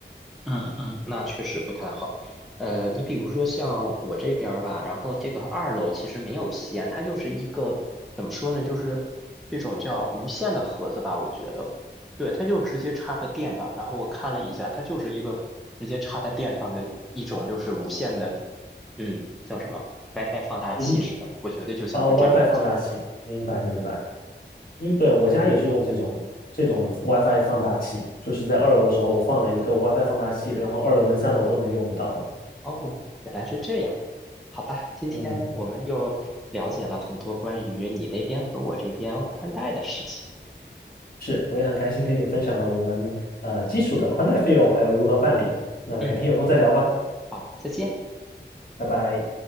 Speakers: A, in the centre; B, on the left.
A: 嗯嗯那确实不太好。呃，你比如说像我这边儿吧，然后这个二楼其实没有吸烟，它就是一个怎么说呢，就是这种叫无线的盒子吧，我觉得，对，它就直接插在电上。然后我看了一下，它就是一个直接插在电上的一种，就是无线的，嗯，叫什么 WiFi 放大器似的，
B: 就
A: 我觉得就像是这种叫，
B: 啊呃，WiFi 放大器，明白明白。
A: 对对对，
B: 因为对我家也是用这种这种 WiFi 放大器，就是在二楼的时候我放了一个 WiFi 放大器，然后二楼跟三楼都能用得到了。
A: 哦，原来是这样。好吧，今天我们又了解了很多关于你那边和我这边宽带的事情。
B: 嗯，是，我也很开心跟你分享了我们呃基础的宽带费用还有如何办理。那改天有空再聊吧，
A: 嗯，好，再见。
B: 拜拜。